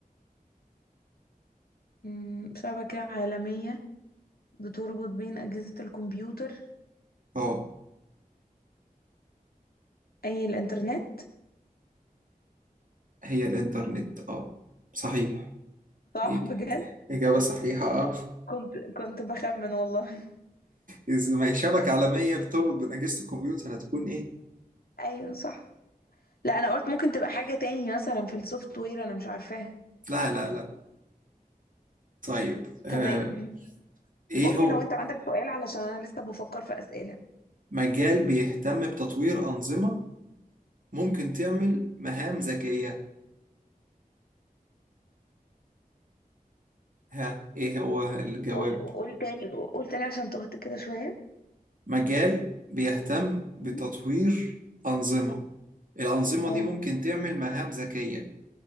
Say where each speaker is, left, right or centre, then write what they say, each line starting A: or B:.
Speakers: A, on the left; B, on the right.
A: مم شبكة عالمية بتربط بين أجهزة الكمبيوتر
B: اه
A: أي الإنترنت
B: هي الإنترنت آه صحيح
A: صح
B: إيه.
A: بجد
B: إجابة صحيحة آه
A: كنت كنت بخمن والله
B: إذا ما هي شبكة عالمية بتربط بين أجهزة الكمبيوتر هتكون إيه؟
A: <laughs> أيوة صح لا انا قلت ممكن تبقى حاجة تاني مثلا في السوفت وير انا مش عارفاها
B: لا لا لا طيب آه
A: تمام
B: إيه
A: قولي
B: هو
A: لو انت عندك سؤال علشان انا لسه بفكر في اسئلة
B: مجال بيهتم بتطوير أنظمة ممكن تعمل مهام ذكية ها إيه هو الجواب؟
A: قول قول تاني قول تاني عشان تهت كده شوية
B: مجال بيهتم بتطوير
A: مم.
B: أنظمة الأنظمة
A: اه
B: دي ممكن تعمل مهام ذكية